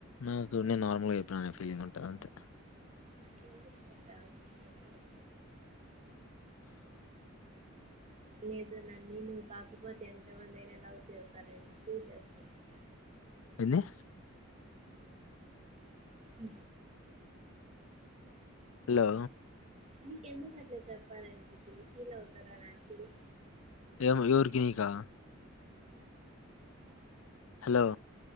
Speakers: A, on the left; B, on the right.
A: నాకు నేను మళ్ళ చెప్పిన అనే ఫీలింగ్ ఉంటాద్ అంతే
B: అట్ల ఎందుకు చెప్పావ్ చెప్పు లేదనండి నువు కాకపోతే ఎంతమంది అయినా లవ్ చేస్తార ఫూ్ చేస్తారు ఇం
A: ఎన్ని
B: అ
A: హలో
B: నీకెందుకు అట్లే చెప్పాలనిపించి ఫీల్ అవుతారా నాకుడు
A: ఏం ఎవరికి నీకా హలో